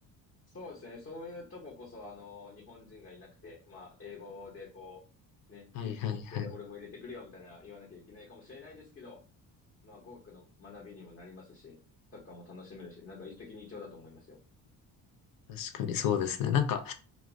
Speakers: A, on the left; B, on the left.
A: そうですね。そういうとここそ、あの、日本人がいなくて、まあ、英語でこう、ね、
B: はいはいはい。
A: 勇気持って俺も入れてくれよみたいな言わなきゃいけないかもしれないですけど、まあ、語学の学びにもなりますし、サッカーも楽しめるし、なんか一石二鳥だと思いますよ。
B: 確かにそうですね。なんか、